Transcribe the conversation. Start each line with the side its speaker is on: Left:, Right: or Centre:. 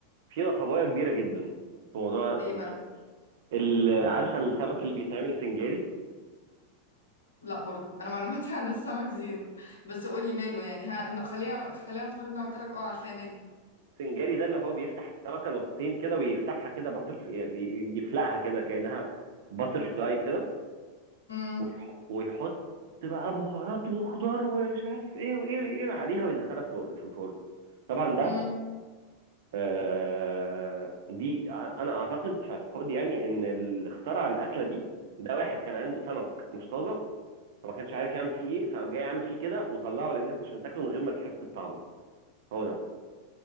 Right: في نصبايه كبيره جدا في موضوع
Left: ايه
Right: في...
Left: بقى
Right: في... ال... عارفه السمك اللي بيتعمل سنجاري
Left: لا برضو انا معلوماتي <laughs> عن السمك زيرو بس قول لي ماله يعني ها ن- خلينا خلينا نفترض ان أنا قلت لك اه عارفاه ماله
Right: السنجاري ده اللي هو بيفتح السمكه نصين كده ويفتحها كده باتر يعني يفلقها كده كانها باتر فلاي كده
Left: امم
Right: ويح- ويحط بقى بهارات وخضار ومش عارف ايه وايه وايه عليها ويدخلها في في الفرن طبعا ده
Left: امم
Right: آه، دي ع- انا اعتقد في اعتقادي يعني ان اللي اخترع الاكله دي ده واحد كان عنده سمك مش طازه فما كانش عارف يعمل فيه ايه فقام جاي عامل فيه كده وطلعه للناس عشان تاكله من غير ما تحس بطعمه هو ده